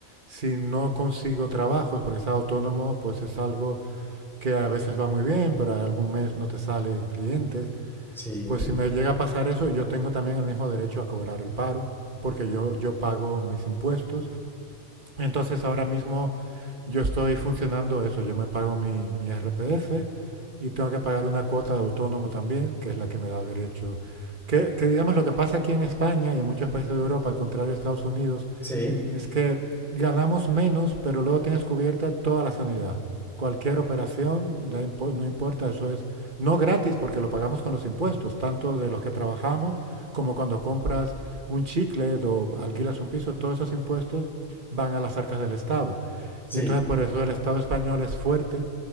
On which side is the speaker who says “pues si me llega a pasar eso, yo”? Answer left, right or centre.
Right